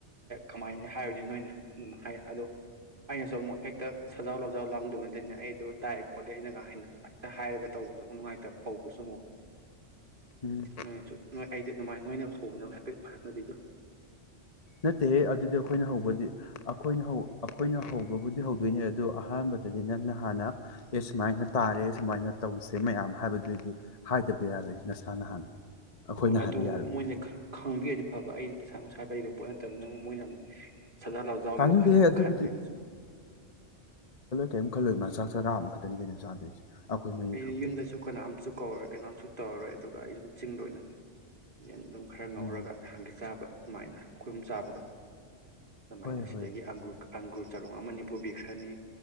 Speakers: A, on the right; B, on the left.
A: ꯀꯃꯥꯏꯅ ꯍꯥꯏꯕꯅꯤ ꯅꯣꯏꯅ ꯑꯗꯨꯝ ꯍꯥꯏ ꯑꯗꯣ ꯑꯩꯅꯁꯨ ꯑꯃꯨꯛ ꯍꯦꯛꯇ ꯁꯖꯥꯎ ꯍꯖꯥꯎ ꯂꯥꯡꯗꯧꯕ ꯅꯠꯇꯦꯅꯦ ꯑꯩꯗꯣ ꯇꯥꯏꯑꯦ ꯈꯣꯠꯂꯦ ꯑꯩꯅꯒ ꯍꯦꯛꯇ ꯍꯥꯏꯔꯒ ꯇꯧꯕꯁꯨ ꯅꯨꯡꯉꯥꯏꯇꯕ ꯍꯧꯕꯁꯨ ꯑꯃꯨꯛ
B: ꯎꯝ
A: ꯅꯣꯏꯅꯁꯨ ꯅꯣꯏ ꯑꯩꯗꯤ ꯑꯗꯨꯃꯥꯏ ꯅꯣꯏꯅ ꯍꯧꯕꯗ ꯍꯥꯏꯐꯦꯠ ꯐꯔꯛꯄꯗꯤꯗꯨ
B: ꯅꯠꯇꯦꯍꯦ ꯑꯗꯨꯗꯤ ꯑꯩꯈꯣꯏꯅ ꯍꯧꯕꯗꯤ ꯑꯈꯣꯏꯅ ꯑꯈꯣꯏꯅ ꯍꯧꯕꯕꯨꯗꯤ ꯍꯧꯗꯣꯏꯅꯦ ꯑꯗꯣ ꯑꯍꯥꯟꯕꯗ ꯑꯗꯨꯗꯒꯤ ꯅꯪꯅ ꯍꯥꯟꯅ ꯑꯦ ꯁꯨꯃꯥꯏꯅ ꯇꯥꯔꯦ ꯁꯨꯃꯥꯏꯅ ꯇꯧꯁꯦ ꯃꯌꯥꯝ ꯍꯥꯏꯕꯗꯨꯗꯤ ꯍꯥꯏꯗꯕ ꯌꯥꯔꯣꯏ ꯅꯁꯥꯅ ꯍꯥꯟꯅ ꯑꯩꯈꯣꯏꯅ
A: ꯍꯣꯏ ꯑꯗꯨ
B: ꯍꯥꯏꯕ ꯌꯥꯔꯣꯏ
A: ꯃꯣꯏꯅ ꯈꯪꯕꯤꯔꯗꯤ ꯐꯕ ꯑꯩꯅ ꯄꯩꯁꯥ ꯅꯨꯡꯁꯥ ꯂꯩꯕ ꯄꯣꯠ ꯅꯠꯇꯕꯤꯅꯤꯅ ꯑꯃꯨꯛ ꯃꯣꯏꯅ ꯑꯃꯨꯛ ꯁꯖꯥꯔ ꯂꯥꯎꯖꯥꯎꯒꯤ
B: ꯇꯥꯅꯤꯡꯗꯦꯍꯦ
A: ꯋꯥꯈꯜꯗ ꯑꯃꯨ
B: ꯑꯗꯨꯕꯨꯗꯤ
A: ꯈꯟꯈꯗꯁꯨ
B: ꯀꯩꯝꯈꯂꯣꯏ ꯃ ꯆꯥꯛ ꯆꯥꯔ ꯑꯃꯈꯛꯇꯅꯤ ꯀꯩꯅꯣ ꯆꯥꯗꯣꯏꯁꯦ ꯑꯩꯈꯣꯏ ꯃꯔꯤꯈꯛꯄꯨ
A: ꯑꯩꯗꯤ ꯌꯨꯝꯗꯁꯨ ꯀꯅꯥꯝꯁꯨ ꯀꯧꯔꯣꯏ ꯀꯅꯥꯝꯁꯨ ꯇꯧꯔꯣꯏ ꯑꯗꯨ ꯑꯩ ꯁꯨꯝ ꯆꯤꯡꯗ ꯑꯣꯏꯅ ꯌꯦꯟ ꯑꯗꯨꯝ ꯈꯔ ꯉꯧꯔꯒ
B: ꯎꯝ
A: ꯅꯍꯥꯟꯒꯤ ꯆꯥꯕ ꯑꯗꯨꯃꯥꯏꯅ ꯈꯣꯏꯍꯨꯝ ꯆꯥꯕꯗꯣ ꯑꯗꯨꯃꯥꯏꯅ
B: ꯍꯣꯏ
A: ꯁꯤꯗꯒꯤ
B: ꯍꯣꯏ
A: ꯑꯪꯒ꯭ꯔꯨ ꯑꯪꯒ꯭ꯔꯨ ꯆꯔꯣꯡ ꯑꯃꯅꯤ ꯄꯨꯕꯤꯈ꯭ꯔꯅꯤ